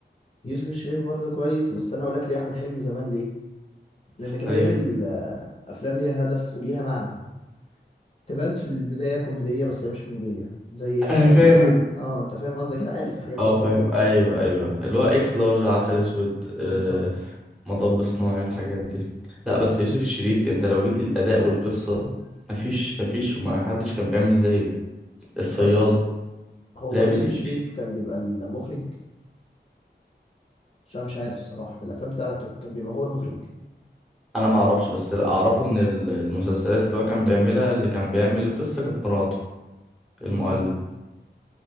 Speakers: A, on the left; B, in the centre.
A: يوسف الشريف برضه كويس بس انا اقول لك ليه احمد حلمي زمان ليه لان كان
B: ايوه
A: بيعمل آه افلام ليها هدف وليها معنى تبان في البدايه كوميديه بس هي مش كوميديه زي ايه
B: <laughs>
A: مثلا
B: انا فاهم
A: ع- اه انت فاهم قصدي اكيد عارف حاجات زي
B: اه
A: كده
B: فاهم
A: كتير
B: ايوه ايوه اللي هو اكس لارج عسل اسود
A: بالظبط
B: آه، مطب صناعي الحاجات دي لا بس
A: بالظبط
B: يوسف الشريف انت لو جيت للاداء والقصه مفيش مفيش وما حدش كان بيعمل زيه الصياد
A: بس هو
B: لعبه
A: يوسف
B: إيه؟
A: الشريف كان بيبقى المخرج عشان أنا مش عارف الصراحة في الافلام بتاعته كان بيبقى هو المخرج
B: انا ما اعرفش بس اللي اعرفه ان ال- المسلسلات اللي هو كان بيعملها اللي كان بيعمل القصه كانت مراته المؤلف
A: مم.